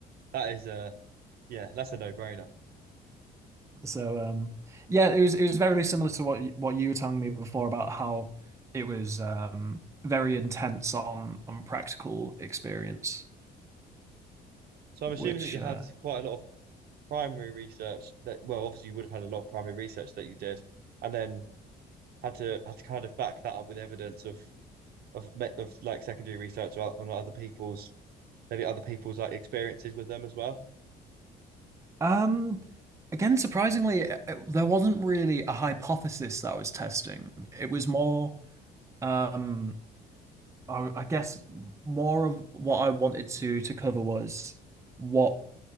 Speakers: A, on the right; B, on the right.
A: that is uh yeah, that's a no-brainer.
B: So um, yeah, it was it was very similar to what you- what you were telling me before about how it was um, very intense on on practical experience,
A: So I'm assuming
B: which
A: that you had
B: uh,
A: quite a lot of primary research that well, obviously you would have had a lot of primary research that you did, and then had to had to kind of back that up with evidence of of me- of like secondary research o- on other people's maybe other people's like experiences with them as well.
B: Um, again, surprisingly, it, it- there wasn't really a hypothesis that I was testing. It was more, um, I, I guess more of what I wanted to to cover was what